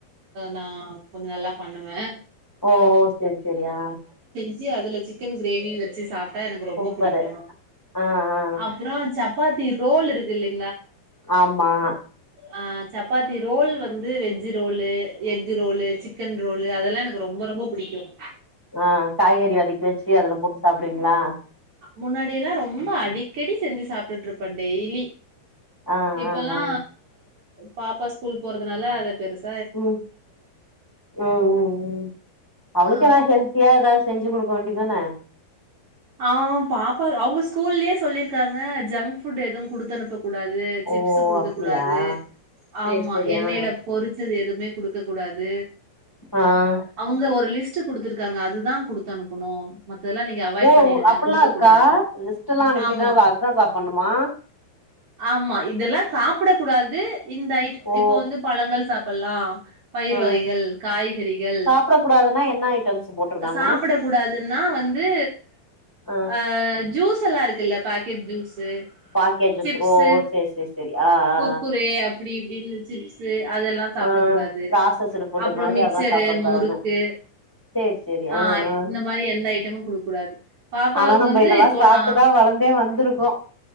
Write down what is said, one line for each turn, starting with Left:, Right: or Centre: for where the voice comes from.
Right: நா கொஞ்சம் நல்லா பண்ணுவே
Centre: ஓ செரி செரியா
Right: ஞ்சு அதுல சிக்கன் கிரேவி வச்சு சாப் டா எனக்கு ரொம்ப
Centre: சூப்பரு
Right: பிடிக்குயு
Centre: ஆ ஆ ஆ
Right: அப்புறோ சப்பாத்தி இரு ரோல் இருக்ல்லைங்
Centre: ஆம்மா
Right: ஆஹ சப்பாத்தி ரோல் வந்து veg roll egg roll chicken roll அதெல்லாம் எனக்கு ரொம்ப ரொம்பப் பிடிக்கும்
Centre: ஆஹ் காய்கறி வதக்கி வச்சு அதுல போட்டு சாப் அப்டிங்களா
Right: முன்னாடியெல்லா ரொம்ப அடிக்கடி செஞ்சு சாப்பிட்டுட்டு இருப்பேன் டெய்லி
Centre: ஆ
Right: இப்பல்லா
Centre: ஆ ஆ
Right: பாப்பா ஸ்கூல் போறதுனால அத பெர்சு
Centre: உம் உம் உம் உம் அவளுக்கு
Right: ஆ
Centre: ஏதா ஹெல்த்தியா ஏதாவது செஞ்சு கொடு கொண்டி தானா
Right: ஆவ் பாப்பா அவுங்க ஸ்கூல்லயே சொல்லிருக்காங்க ஜங்க் புட் எதுவும் குடுத்தன்னப்ப கூடாது சிப்ஸ்
Centre: ஓ
Right: குடுக்க
Centre: அப்டியா
Right: கூடாது
Centre: சேரி
Right: ஆமா
Centre: சேரி
Right: எண்ணையில
Centre: ஆ
Right: பொறிச்சது எதுவுமே குடுக்க கூடாது
Centre: ஆ ஆ
Right: அவ்ங்க ஒரு லிஸ்ட் லிஸ்ட் குடுத்துருக்காங்க அதுதான் குடுத்து அனுப்பனு மத்தல்ல நீங்க அவாய்ட்
Centre: ஓ
Right: பண்ணடுங்க
Centre: அப்பல்லா
Right: குடுக்கக்கூடாது
Centre: இருக்கா லிஸ்ட் எல்லா அனுப்பிதா
Right: ஆமா
Centre: அதுதா சாப்பண்ணுமா
Right: ஆமா இதெல்லாம் சாப்புடக்க கூடாது இந்த
Centre: ஓ
Right: இப்ப வந்து பழங்கள் சாப்ப இப்பலா பயிர்
Centre: ம்
Right: வகைகள் காய்கறிகள்
Centre: சாப்ட கூடாதுன்னா என்ன ஐட்டம்ஸ் போட்ருக்காங்க
Right: சாப்பிடக்க கூடாதுன்னா வந்து
Centre: ஆ
Right: அஹ ஜூஸ் எல்லாம் இருக்குல்ல பாக்கெட் ஜூஸ் து
Centre: பாக்கெட் ஜூஸ்
Right: ஜிப்ஸூ
Centre: ஓ ஓ சேரி சேரி சேரி ஆ ஆ
Right: குர் குரே அப்படிப்படனு ஜிப்ஸூ அதெல்லாம் சாப்புடக்க
Centre: ஆ ஆ
Right: கூடாது
Centre: ப்ராசஸ்டு ஃபுட்
Right: அப்புறோ
Centre: மாரி
Right: மிக்சரு
Centre: அதெல்லா சாப்ட கூடாதுன்னு
Right: முறுக்கு
Centre: சேரி சேரி
Right: ஹ
Centre: ஆ ஆ
Right: இந்த மாரி எந்த ஐடம்மு கூடாது பாப்பாவுக்கு
Centre: ஆனா நம்ம
Right: வந்து
Centre: இதெல்லா
Right: இப்போ
Centre: சாப்ட்டுதா
Right: நா
Centre: வளந்தே வந்திருக்கோ